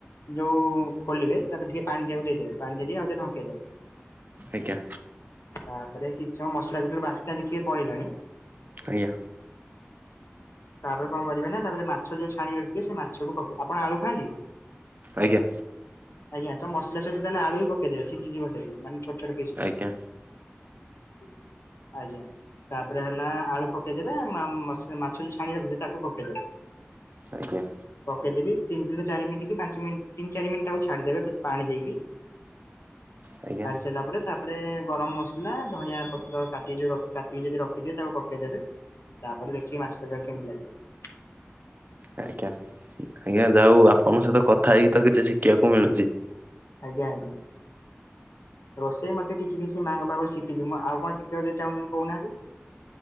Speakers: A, on the left; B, on the right.
A: ଯୋଉ ଖୋଲିବେ, ତାପରେ ଟିକେ ପାଣି ଟିଆକୁ ଦେଇଦେବେ, ପାଣି ଦେଇଦେଇ ଆଉଥରେ ଢଙ୍କେଇଦେବେ
B: ଆଜ୍ଞା।
A: ତାପରେ କିଛି ସମୟ ମସଲା ଯେତେବେଳେ ବାସ୍ନା ଦେଖିବେ ପଳେଇଲାଣି
B: ଆଜ୍ଞା
A: ତାପରେ କଣ କରିବେ ନା, ତାପରେ ମା ଛ ଯୋଉ ଛାଣିକି ରଖିଥିବେ, ସେ ମାଛକୁ ପକେଇ, ଆପଣ ଆଳୁ ଖାଆନ୍ତି?
B: ଆଜ୍ଞା।
A: ଆଜ୍ଞା। ତ ମସଲା ସହିତ ତାହେଲେ ଆଳୁ ବି ପକେଇଦେବେ, ସିଝିଯିବ ସେଠି ମାନେ ଛୋଟ ଛୋଟ ପିସ୍ କରିବେ।
B: ଆଜ୍ଞା
A: ଆଜ୍ଞା। ତାପରେ ହେଲା ଆଳୁ ପକେଇଦେବେ, ମା-ମା-ମାଛରୁ ଛାଣିକି ରଖିଥିବେ ତାକୁ ପକେଇଦେବେ।
B: ଆଜ୍ଞା।
A: ପକେଇଦେବି, ତିନିରୁ ଚାରି ମିଣ୍ଟି କି ପାଞ୍ଚ ମିନ୍ ତିନ ଚାରି ମିନିଟ୍ ତାକୁ ଛାଡିଦେବେ ପାଣି ଦେଇକି
B: ଆଜ୍ଞା
A: ହ ଛାଡ଼ି ସାରିଲା ପରେ ତାପରେ, ଗରମ ମସଲା, ଧଣିଆ ପତ୍ର, କାଟିକି ଯୋଉ ରଖି କାଟିିକି ଯଦି ରଖିଥିବେ, ତାକୁ ପକେଇଦେବେ ତାପରେ ଦେଖିବେ ମାଛ ତରକାରୀ କେମିତି ଲାଗିବ। <inaudible>
B: ଆଜ୍ଞା ଆଜ୍ଞା, ଯା ହଉ ଆପଣଙ୍କ ସହିତ କଥା ହେଇକି ତ କିଛି ଶିଖିବାକୁ ମିଳୁଛି।
A: ଆଜ୍ଞା ଆଜ୍ଞା। ରୋଷେଇ ମତେ କିଛି କିଛି ମାଆଙ୍କ ପାଖରୁ ଶିଖିଛି। ମୁଁ ଆଉ କଣ ଶିଖିବାକୁ ଯଦି ଚାହୁଁଛନ୍ତି କହୁନାହାଁନ୍ତି?